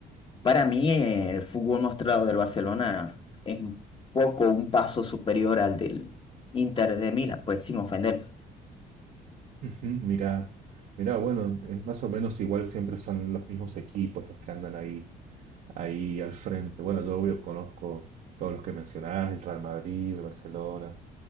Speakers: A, on the left; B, on the right.
A: para mí eh, el fútbol mostrado del Barcelona es un poco un paso superior al del Inter de Milán, pues sin ofender.
B: ujú, Mira, mira, bueno, es más o menos igual siempre son los mismos equipos los que andan ahí, ahí al frente. Bueno, yo obvio conozco todos los que mencionás, el Real Madrid, el Barcelona,